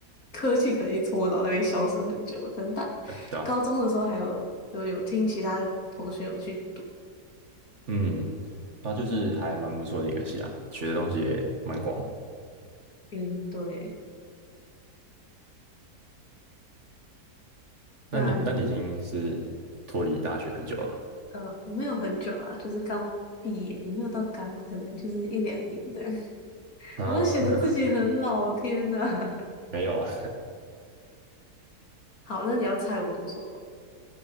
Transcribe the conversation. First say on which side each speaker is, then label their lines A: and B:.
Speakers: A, on the left (about 55°); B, on the right (about 45°).
A: 科技肯定从我脑袋里消失很久了可能大
B: 对啊，
A: 高中的时候还有，就是有听其他同学有去读，
B: 嗯，它就是还蛮不错的一个系啊，学的东西也蛮广的
A: 嗯，对，
B: 那你那你已经是脱离大学很久了吗？
A: 那呃没有很久啦，就是刚毕业，也没有到刚，可能就是一两年这样，<laughs>
B: 哦，
A: 好像显得自己很老，
B: <laughs>
A: 天呐。<laughs>
B: 没有啊。
A: 好，那你要猜我读什么？